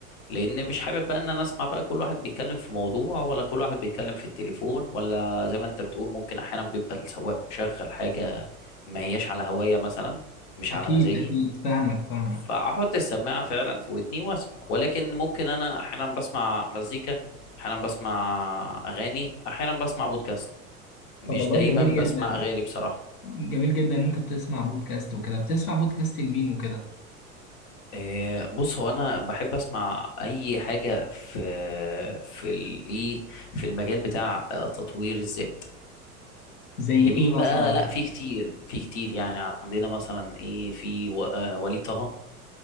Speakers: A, on the left (about 50°); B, on the left (about 75°).
A: لان مش حابب بقى ان انا اسمع بقى كل واحد بيتكلم في موضوع ولا كل واحد بيتكلم في التليفون ولا زي ما انت بتقول ممكن احيانا بيبقى السواق مشغل حاجة ما هياش على هواية مثلا مش
B: اكيد
A: على مزاجي
B: اكيد فاهمك فاهمك
A: فاحط السماعة فعلا في ودني واسمع ولكن ممكن انا احيانا بسمع مزيكا احيانا بسمع اغاني احيانا بسمع بودكاست مش
B: طب والله
A: دايما
B: جميل
A: بسمع
B: جدا
A: اغاني بصراحة
B: جميل جدا ان انت بتسمع بودكاست وكده بتسمع بودكاست لمين وكده
A: إيه، بص هو انا بحب اسمع اي حاجه في في الايه في المجال بتاع آه، تطوير الذات
B: زي
A: لمين
B: ايه
A: بقى
B: مثلا
A: لا في كتير في كتير يعني عندنا مثلا ايه في و- آه، وليد طه